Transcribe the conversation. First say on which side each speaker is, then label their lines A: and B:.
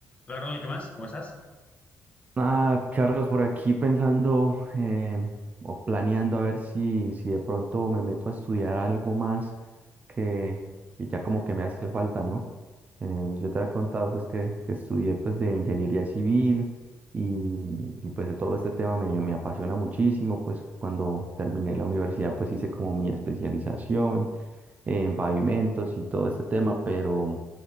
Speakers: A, on the left; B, on the right.
A: Hola, Ronald, ¿qué más? ¿Cómo estás?
B: Ah, Carlos, por aquí pensando eh, o planeando a ver si, si de pronto me meto a estudiar algo más que, que ya como que me hace falta, ¿no? Eh, yo te había contado pues que, que estudié pues de ingeniería civil y, y, pues de todo este tema me, me apasiona muchísimo, pues cuando terminé la universidad pues hice como mi especialización en pavimentos y todo este tema, pero